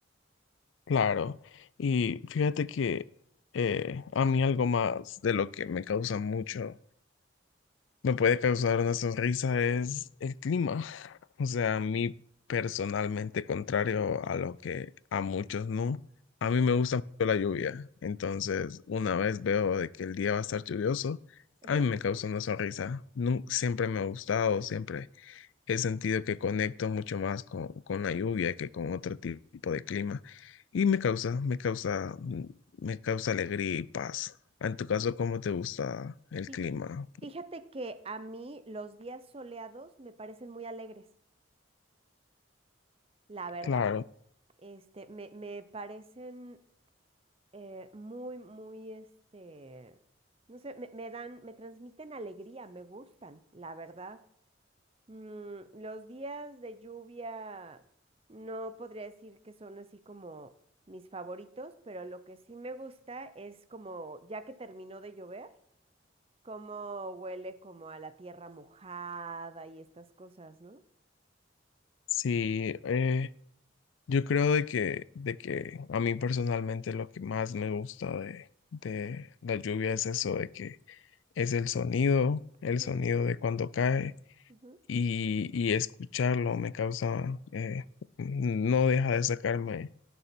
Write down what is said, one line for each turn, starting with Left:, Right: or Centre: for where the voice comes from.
Left: Claro, y fíjate que eh, a mí algo más de lo que me causa mucho me puede causar una sonrisa es el clima. O sea, a mí personalmente, contrario a lo que a muchos no, a
Right: Ujú.
Left: mí me gusta mucho la lluvia. Entonces, una vez veo de que el día va a estar lluvioso,
Right: ajá.
Left: a mí me causa una sonrisa. Nun- siempre me ha gustado, siempre he sentido que conecto mucho más con, con la lluvia que con otro tipo de clima. Y me causa, me causa, me causa alegría y paz. En tu caso, ¿cómo te gusta el
Right: Fí-
Left: clima?
Right: Fíjate que a mí los días soleados me parecen muy alegres, la verdad.
Left: Claro.
Right: Este, me, me parecen eh, muy, muy, este, no sé, me, me dan, me transmiten alegría, me gustan, la verdad. Mm, los días de lluvia no podría decir que son así como mis favoritos, pero lo que sí me gusta es como ya que terminó de llover. cómo huele como a la tierra mojada y estas cosas, ¿no?
Left: Sí, eh, yo creo de que, de que a mí personalmente lo que más me gusta de, de la lluvia es eso, de que es el sonido, el
Right: Ujú,
Left: sonido de cuando cae
Right: ujú.
Left: y, y escucharlo me causa, eh, no deja de sacarme